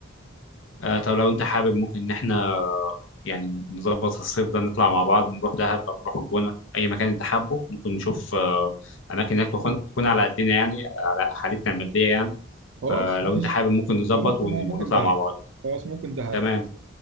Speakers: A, on the left (about 70°); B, on the right (about 65°).
A: آه، طب لو انت حابب ممكن ان احنا يعني نظبط الصيف ده نطلع مع بعض نروح دهب أو نروح الجونة أي مكان أنت حابه ممكن نشوف آه، أماكن هناك تكون تكون على قدنا يعني على حالتنا المادية يعني
B: خلاص
A: فلو
B: <laughs> ماشي
A: أنت حابب ممكن نظبط
B: والله ممكن
A: ون-
B: آه ممكن
A: ونطلع
B: دهب
A: مع بعض
B: خلاص ممكن دهب
A: تمام
B: ماشي.